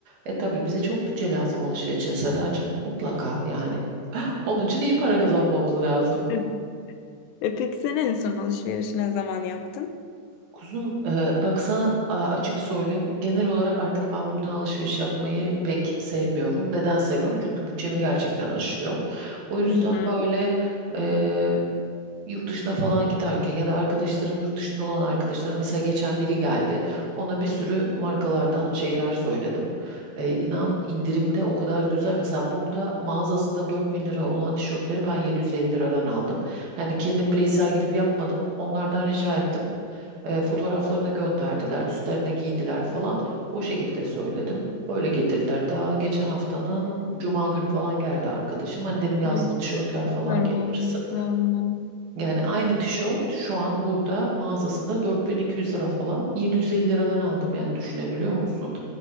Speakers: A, on the right; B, on the left.
A: E tabii bize çok bütçe lazım alışveriş için Sedacığım. Mutlaka yani. <laughs> Onun için iyi para kazanmamız lazım.
B: <laughs> E peki sen en son alışverişi ne zaman yaptın?
A: Kuzum e, bak sana a- açık söyleyeyim. Genel olarak artık ben buradan alışveriş yapmayı pek sevmiyorum. Neden sevmiyorum? Çünkü bütçemi gerçekten aşıyor. O yüzden
B: Hı hı.
A: böyle e, yurt dışına falan giderken ya da arkadaşlarım yurt dışında olan arkadaşlarım mesela geçen biri geldi. Ona bir sürü markalardan şeyler söyledim. E, inan indirimde o kadar güzel. Mesela burada mağazasında 4000 lira olan tişörtleri ben 750 liradan aldım. Yani kendim bireysel gidip yapmadım. Onlardan rica ettim. E, fotoğraflarını gönderdiler, üstlerine giydiler falan. O şekilde söyledim. Öyle getirdiler. Daha geçen haftanın cuma günü falan geldi arkadaşım. Hani dedim yazlık
B: Ay
A: tişörtler
B: süper
A: falan getirirsin.
B: olmuş valla.
A: Yani aynı tişört şu an burada mağazasında 4200 lira falan. 750 liradan aldım yani düşünebiliyor musun?